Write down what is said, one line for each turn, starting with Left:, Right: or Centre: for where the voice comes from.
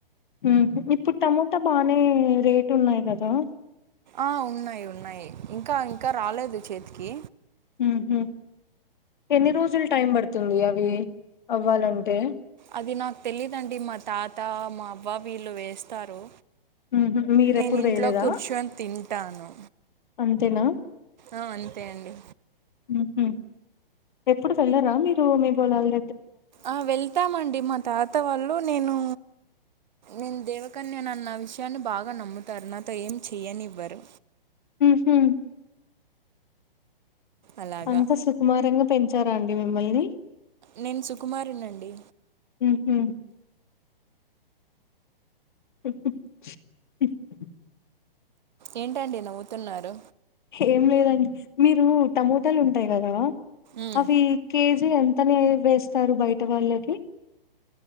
Left: ఉమ్ ఇప్పుడు టమోటా బానే రేటున్నాయి కదా
Right: ఆ ఉన్నాయి ఉన్నాయి ఇంకా ఇంకా రాలేదు చేతికి
Left: ఉహు ఎన్ని రోజులు టైం పడుతుంది అవి అవ్వాలంటే
Right: అది నాకు తెలిదండి మా తాత మా అబ్బా వీళ్ళు వేస్తారు
Left: ఊహూ మీరెప్పుడు
Right: నేనింట్లో
Left: వేయలేదా?
Right: కూర్చొని తింటాను
Left: తేన
Right: ఆ అంతే అండి
Left: ఉహు ఎప్పుడు వెళ్లారా మీరు మీ పొలాల్
Right: ఆ వెళ్తామండి మా తాత వాళ్ళు నేను
Left: <inaudible>
Right: నేను దేవకన్యన అన్న విషయాన్ని బాగా నమ్ముతారు నాతో ఏం చెయ్యనివ్వరు
Left: ఉహు
Right: అలాగా
Left: అంతా సుకుమారంగా పెంచారా అండి మిమ్మల్ని
Right: నేను సుకుమారినండి
Left: ఉహు <inaudible>
Right: ఏంటండి నవ్వుతున్నారు
Left: ఏం లేదండి మీరు టమోటాలు ఉంటాయి కదా
Right: ఉమ్
Left: అవి కేజ్ తే ఎంతనే వేస్తారు బయట వాళ్ళకి